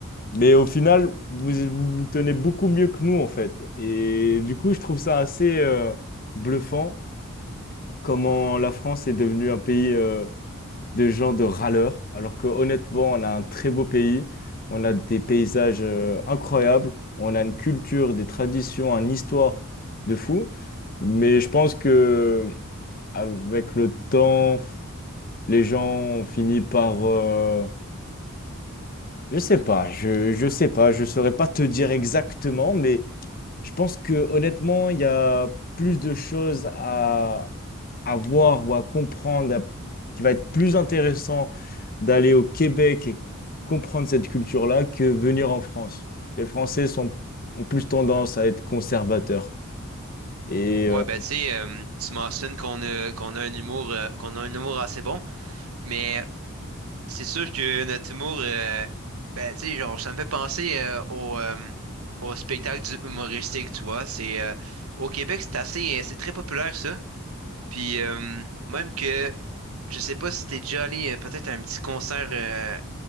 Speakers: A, on the left (about 45°); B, on the right (about 80°).
A: Mais au final, vous, vous vous tenez beaucoup mieux que nous, en fait. Et du coup, je trouve ça assez euh, bluffant comment la France est devenue un pays euh, de gens de râleurs, alors que honnêtement, on a un très beau pays, on a des paysages euh, incroyables, on a une culture, des traditions, une histoire de fou. Mais je pense que avec le temps, les gens ont fini par... euh, je sais pas, je, je sais pas, je saurais pas te dire exactement, mais Je pense que honnêtement, il y a plus de choses à, à voir ou à comprendre, à- qui va être plus intéressant d'aller au Québec et comprendre cette culture-là que venir en France. Les Français sont, ont plus tendance à être conservateurs. Et
B: Ouais,
A: euh,
B: ben, tu sais, euh, tu mentionnes qu'on a, qu'on a un humour, euh, qu'on a un humour assez bon, mais C'est sûr que notre humour, euh, ben, tu sais, genre, ça me fait penser euh, au, euh, au spectacle du humoristique, tu vois. C'est, euh, au Québec, c'est assez, euh, c'est très populaire, ça. Puis, euh, même que, je sais pas si t'es déjà allé euh, peut-être à un petit concert euh,